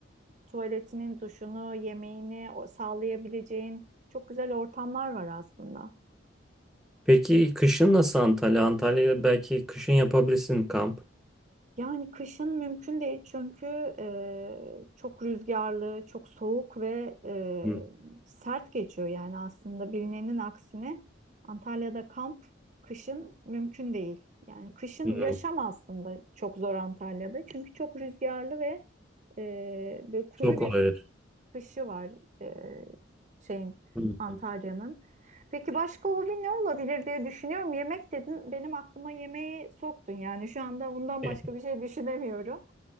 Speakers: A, on the right (about 40°); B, in the centre.
A: tuvaletinin, duşunu, yemeğini o- sağlayabileceğin çok güzel ortamlar var aslında.
B: Peki kışın nasıl Antalya? Antalya'da belki kışın yapabilirsin kamp.
A: Yani kışın mümkün değil çünkü e, çok rüzgarlı, çok soğuk ve e,
B: Hı.
A: sert geçiyor yani aslında bilinenin aksine Antalya'da kamp kışın mümkün değil. Yani kışın
B: Hı.
A: yaşam aslında çok zor Antalya'da çünkü çok rüzgarlı ve e, böyle kuru
B: Çok
A: bir
B: olabilir.
A: kışı var e, şeyin
B: Hı.
A: Antalya'nın. Peki başka hobi ne olabilir diye düşünüyorum. Yemek dedin, benim aklıma yemeği soktun. Yani şu anda ondan
B: E,
A: başka bir şey düşünemiyorum.